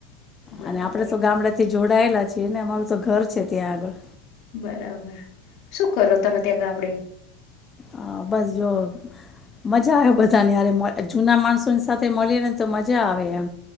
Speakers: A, on the left; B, on the left.
A: બરાબર
B: અને આપડે તો ગામડા થી જોડાયેલા છીએ ને અમારું તો ઘર છે ત્યાં આગળ
A: બરાબર શું કરો તમે ત્યાં ગામડે
B: હ બસ જો મજા આવે બધાનેરે જૂના માણસોની સાથે મળીએ ને તો મજા આવે એમ